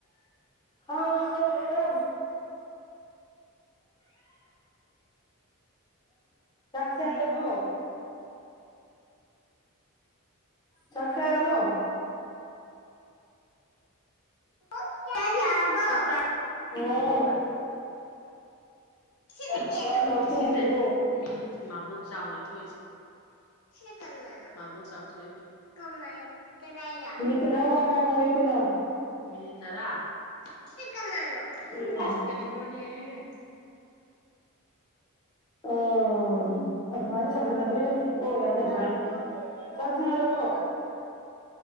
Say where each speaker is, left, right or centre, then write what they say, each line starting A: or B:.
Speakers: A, on the left; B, on the left.
A: ꯍꯥꯎ ꯍꯥꯎ ꯍꯥꯏꯌꯣ ꯆꯥꯔꯕꯣ ꯆꯥꯛ ꯆꯥꯔꯕꯣ
B: ꯕꯣꯛ ꯆꯥꯛ ꯆꯥꯔ ꯕꯣ ꯆꯥꯛ
A: ꯑꯣ
B: ꯊꯣꯡꯒꯕ ꯁꯤꯅ
A: ꯆꯥꯛ
B: ꯀꯩꯅꯣ
A: ꯆꯥꯔꯕꯣ
B: ꯁꯤꯖꯦ ꯃꯤ ꯃꯥꯕꯨꯛ ꯆꯥꯎꯅꯅꯤ ꯊꯣꯛꯢꯁꯦ ꯁꯤꯅ ꯀꯟꯅꯥꯅꯣ ꯃꯥꯕꯣꯛ ꯆꯥꯎꯊꯣꯛꯏꯕ ꯀꯃꯥꯏ ꯀꯗꯥꯏꯗ
A: ꯃꯤꯅꯤꯠ ꯇꯔꯥ ꯋꯥ ꯉꯥꯡꯉꯣꯌꯦ ꯄꯤꯅꯣ
B: ꯃꯤꯅꯤꯠ ꯇꯔꯥ ꯁꯤ ꯀꯟꯅꯥꯅꯣ
A: ꯎꯝ
B: ꯑꯁ ꯀꯔꯤ ꯅꯣꯅꯦ ꯎꯝ
A: ꯑꯣ ꯑꯗꯨꯃꯥꯏꯅ ꯁꯝꯖꯟꯅꯗꯣꯏ ꯅꯠꯇꯦ ꯑꯣ ꯌꯥꯔꯦ ꯑꯗꯨꯃꯥꯏꯅꯥ ꯆꯥꯛ ꯆꯥꯔꯕꯣ